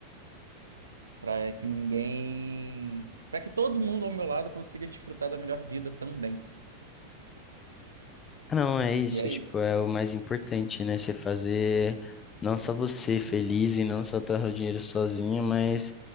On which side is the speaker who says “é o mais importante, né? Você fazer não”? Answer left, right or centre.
Left